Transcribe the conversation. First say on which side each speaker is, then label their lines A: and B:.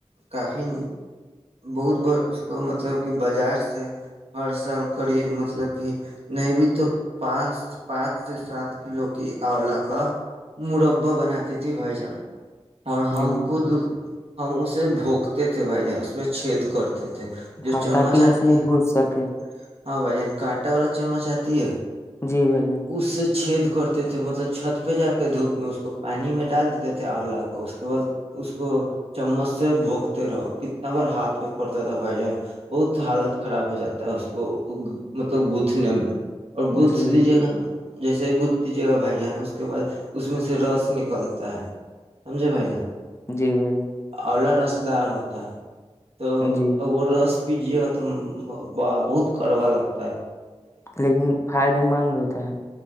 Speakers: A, on the right; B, on the left.
A: کافی بہت بار اس کو مطلب کہ بازار سے ہر سال قریب مطلب کہ نہیں بھی تو پانچ پانچ سے سات کلو کی اولا کا مورب بناتیت بائی ج اور ہم
B: جی
A: خود
B: جی
A: ہم اسے بھونکتے تھے بھائی جان اس میں چھید کرتے <unintelligible> تھے جو
B: ہاں
A: چمچ
B: تاکہ اس
A: آتی
B: میں
A: ہے <unintelligible>
B: گھس سکے
A: ہاں بھائی جن کانٹا والا چمچ آتی ہے <unintelligible>
B: جی بھائی جان <unintelligible>
A: اس سے چھید کرتے تھے مطلب چھت پہ جا <unintelligible> کے دھوپ میں اس کو پانی میں ڈال دیتے تھے آولہ کو اس کے بعد اس کو چمچ سے بھوکتے رہو کتنا بار ہاتھ پہ پڑتا تھا بھائی جان بہت حالت خراب ہو جاتا ہے اس کو مطلب گتھنے میں <unintelligible> اور گچھ
B: جی
A: دیجیے گا نا <unintelligible> جیسے ہی گتھتیجیے گا بھائی جان اس کے بعد <unintelligible> اس میں سے رس نکلتا ہے سمجھے بھائی جان <unintelligible>
B: جی بھائی جان <unintelligible>
A: واللا رسدار ہوتا ہے <unintelligible> تو
B: جی
A: وہ رس <unintelligible> پجیے گا تو بہت کڑوا لگتا ہے <unintelligible>
B: لیکن فائدے مند ہوتا ہے